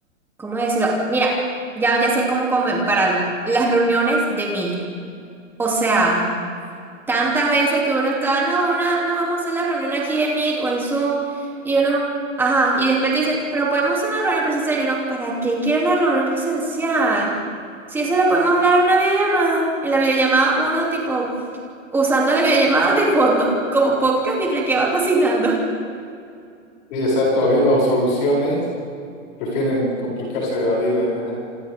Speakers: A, in the centre; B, on the left.
A: ¿cómo decirlo? Mira, ya, ya sé cómo compararlo. Las reuniones de Meet. O sea, tantas veces que uno está, no, una, no vamos a hacer la reunión aquí en Meet o en Zoom. Y uno, ajá. Y después te dicen, pero podemos hacer una reunión presencial. Y uno, ¿para qué quiero una reunión presencial? Si eso lo podemos hablar en una videollamada. En la videollamada uno tipo usando la videollamada de fondo como podcast mientras que va cocinando.
B: Y exacto, habiendo soluciones. Prefieren complicarse la vida. ajá.